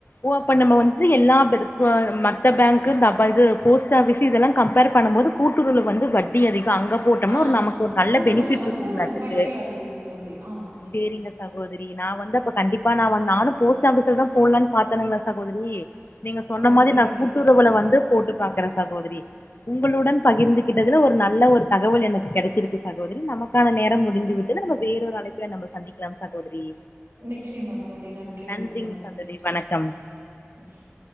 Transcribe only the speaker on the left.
ஓ அப்ப நம்ம வந்து எல்லா பெருக்கு மத்த பேங்கு இது போஸ்ட் ஆஃபிஸ் இதெல்லாம் கம்பேர் பண்ணும் போது கூட்டுறவுல வந்து வட்டி அதிகம் அங்க போட்டோம்னா
ஒரு நமக்கு ஒரு நல்ல
பெனிஃபிட்
இருக்கும் ல அதுக்கு
சேரிங்க சகோதிரி நான் வந்து அப்ப கண்டிப்பா நான் வந் நானும் போஸ்ட் ஆபிஸ்ல தான் போட்லானு பாத்தணுங்களா சகோதரி நீங்க சொன்ன
மாதிரி
நா கூட்டுறவுல
வந்து போட்டு பாக்குறே சகோதரி உங்களுடன் பகிர்ந்துகிட்டதுல ஒரு நல்ல ஒரு தகவல் எனக்கு கிடைச்சிருக்கு சகோதரி நமக் கான நேரம் முடிந்து விட்டது நம்ம வேறொரு அழைப்புல நம்ம சந்திக்கலாம் சகோதரி
நன்றிங்க
சகோதரி வணக்கம்